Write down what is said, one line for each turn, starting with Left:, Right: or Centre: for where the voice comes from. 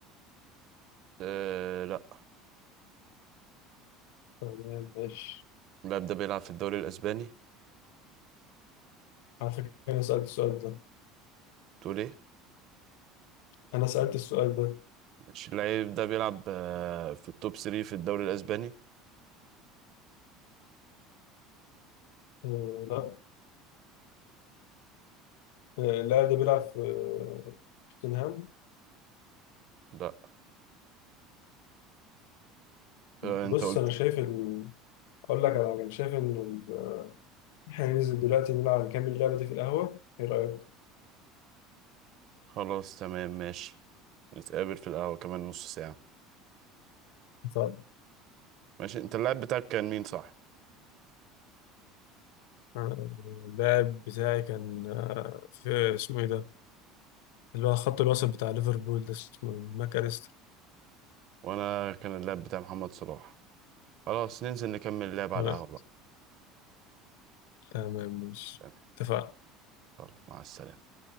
Right: آه، لأ.
Left: تمام ماشي
Right: اللاعب ده بيلعب في الدوري الأسباني
Left: على فكرة أنا سألت السؤال ده
Right: تقول إيه؟
Left: أنا سألت السؤال ده
Right: مش اللاعب ده بيلعب آه، في التوب 3 في الدوري الأسباني
Left: آه، لا آه، اللاعب ده بيلعب في آه، توتنهام
Right: لا آه،
Left: بص
Right: أنت قلت
Left: أنا شايف ال... أقول لك على حاجة أنا شايف إن ال- إحنا ننزل دلوقتي نلعب نكمل اللعبة دي في القهوة إيه رأيك؟
Right: خلاص تمام ماشي نتقابل في القهوة كمان نص ساعة
Left: طيب
Right: ماشي أنت اللاعب بتاعك كان مين صح؟
Left: آه، اللاعب بتاعي كان آه، في اسمه ايه ده اللي هو خط الوسط بتاع ليفربول ده اسمه إيه؟ ماك أليستر
Right: وأنا كان اللاعب بتاع محمد صلاح خلاص ننزل نكمل اللعب على
Left: آه،
Right: القهوة بقى
Left: تمام ماشي
Right: تمام.
Left: اتفقنا
Right: يلا مع السلامة